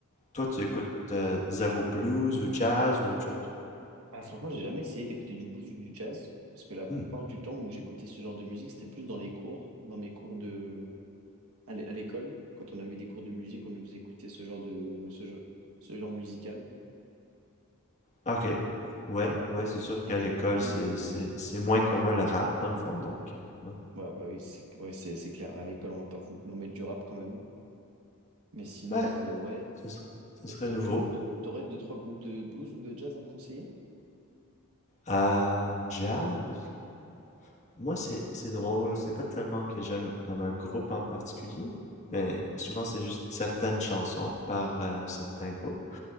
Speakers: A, on the left (about 30°); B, on the right (about 75°).
A: toi, tu écoutes euh, zéro blues ou jazz ou autre chose?
B: Ah, franchement, j'ai jamais essayé d'écouter du blues ou du jazz, parce que la
A: Hmm.
B: plupart du temps où j'écoutais ce genre de musique, c'était plus dans les cours, dans mes cours de, À l'é- à l'école, quand on avait des cours de musique, on nous faisait écouter ce genre de ce genre, ce genre musical.
A: Ah, Ok. Ouais, ouais, c'est sûr qu'à
B: Et du
A: l'école,
B: coup,
A: c'est,
B: euh,
A: c'est, c'est moins commun le rap, dans le fond, donc, euh, ouais.
B: ouais, bah oui, c'est ouais, c'est c'est clair. À l'école, on va pas vous, nous mettre du rap quand même. Mais sinon,
A: Ben,
B: euh, ouais,
A: ce serait, ce serait
B: T'a-
A: nouveau.
B: t'aurais deux, t'aurais deux, trois groupes de blues ou de jazz à me conseiller?
A: Euh, jazz? Moi, c'est, c'est drôle, c'est pas tellement que j'aime comme un groupe en particulier, mais souvent, c'est juste certaines chansons par euh, certains groupes,